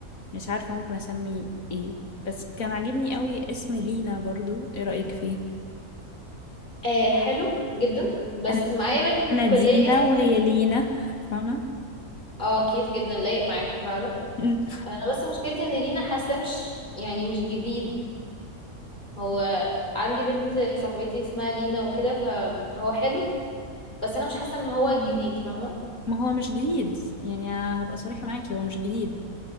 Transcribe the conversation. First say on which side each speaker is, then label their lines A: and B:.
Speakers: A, on the left (about 65°); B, on the left (about 30°).
A: مش عارفة ممكن اسمي ايه بس كان عاجبني قوي اسم لينا برضو ايه رأيك فيه
B: آه حلو جدا بس
A: انا
B: معايا بنت في الكلية
A: انا دينا
B: اسمها
A: وهي
B: لينا
A: لينا فاهمة
B: اه كيوت جدا لايق معاكوا فعلا
A: مم.
B: أنا بس مشكلتي إن لينا حاساه مش يعني مش جديد هو عندي بنت صاحبتي اسمها لينا وكده فهو حلو بس أنا مش حاسة إن هو جديد فاهمة
A: ما هو مش جديد يعني هبقى صريحة معاكي هو مش جديد